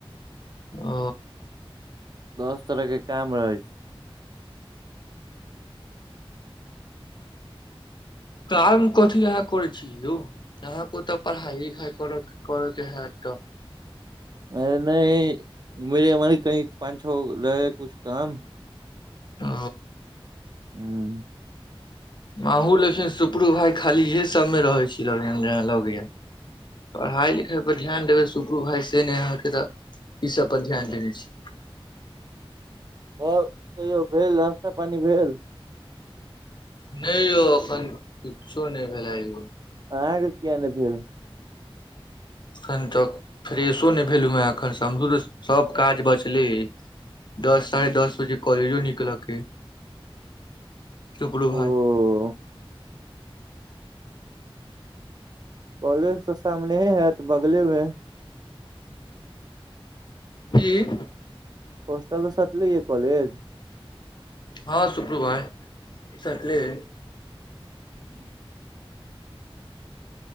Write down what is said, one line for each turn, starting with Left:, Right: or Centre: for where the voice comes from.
Left: ओ
Right: दस तरहके काम रहै छै
Left: काम कथी अहाँ करै छी यौ अहाँके ओतऽ पढ़ाइये लिखाइ कर के कर के हे ट
Right: अरे नय मर एम्हर कनी पाँच छओ गो रहै हय कुछ काम
Left: ओ
Right: हुँ
Left: अहूँ लेकिन सुपरू भाय खाली इहे सभमे रहै छी लगैये पढ़ाइ लिखाइ पर ध्यान देबै सुपरू भाय से नय अहाँके तऽ ई सब पर ध्यान देने छी
Right: आओर कहियौ भेल नास्ता पानी भेल
Left: नय यौ एखन किच्छो नय भेलै यौ
Right: अहाँ के किये नय भेल
Left: एखन तक फ्रेशो नय भेलु हेँ एखन समझू जे सभ काज बचले अछि। दस साढ़े दस बजे कॉलेजो निकलके अय सुपरू भाइ
Right: ओ कॉलेज तऽ सामनेहे हैत बगले मे
Left: की
Right: होस्टल से सटले ये कॉलेज
Left: हँ सुप्रू भाइ सटले अछि
Right: हूँ